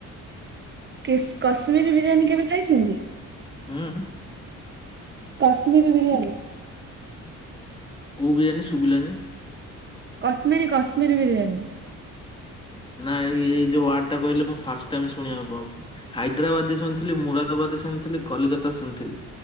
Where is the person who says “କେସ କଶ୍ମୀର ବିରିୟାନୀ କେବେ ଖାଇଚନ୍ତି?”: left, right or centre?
Right